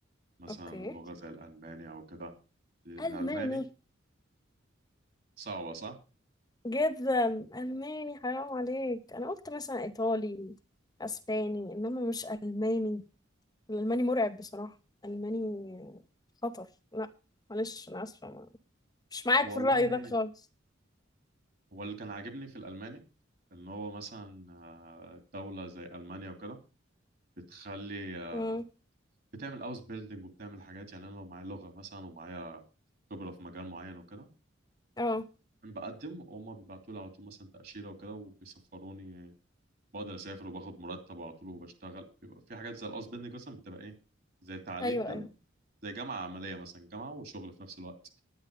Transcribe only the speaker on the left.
أوكي
ألماني
جدا ألماني حرام عليك أنا قلت مثلا إيطالي أسباني إنما مش ألماني الألماني مرعب بصراحة ألماني خطر لا معلش أنا آسفة ما- مش معاك
في الرأي ده خالص
مم.
اه
أيوه
أيوه